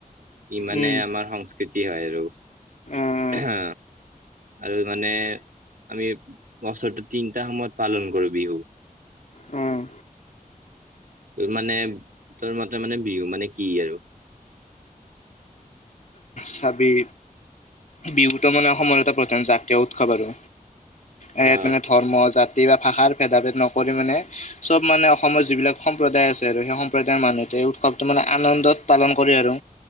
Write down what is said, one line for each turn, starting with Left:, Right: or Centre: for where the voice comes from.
Right: ইমানে
Left: উম
Right: আমাৰ সংস্কৃতি হয় আৰু।
Left: আহ
Right: অ আৰু মানে-' আমি বছৰটো তিনিটা সময়ত পালন কৰো বিহু।
Left: উম
Right: তোৰ মানে তোৰ মতে মানে বিহু মানে কি আৰু-
Left: চাবি, বিহুতো মানে অসমত এটা-' প্ৰধান জাতীয় উৎসৱ আৰু, এ ইয়াত
Right: অ
Left: মানে ধৰ্ম জাত-' বা ভাষাৰ ভেদা ভেদ নকৰি মানে চব মানে অসমৰ যিবিলাক সম্প্ৰদায় আছে আৰু সেই সম্প্ৰদায়ৰ মানুহ-' এই উৎসৱটো মানে আনন্দত পালন কৰে আৰু।